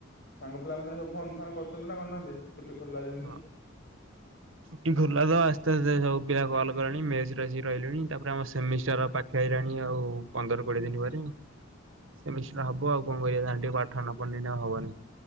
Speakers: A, on the left; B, on the right.
A: ସାଙ୍ଗ ପିଲା ମାନେ ସବୁ ଫୋନ୍ ଫାନ୍ କରୁଛନ୍ତି ନା କରୁନାହାନ୍ତି ଛୁଟି ଖୋଲିଲା ଯେମିତି?
B: ହଁ ଛୁଟି ଖୋଲିଲା ତ ଆସ୍ତେ ଆସ୍ତେ ସୁ ପିଲା କଲ୍ କଲେଣି ମେସିକି ରହିଲୁଣି ତାପରେ ଆମ ସେମିଷ୍ଟାର ପାଖ ଖାଇଲାଣି ଆଉ ପନ୍ଦର କୋଡିଏ ଦିନ ପରେ। ସେମିଷ୍ଟାର ହବ ଆଉ କଣ କରିବା ଏନା ଟିକେ ପାଠ ନା ପଢିଲେ ଏଇନା ଆଉ ହବନି।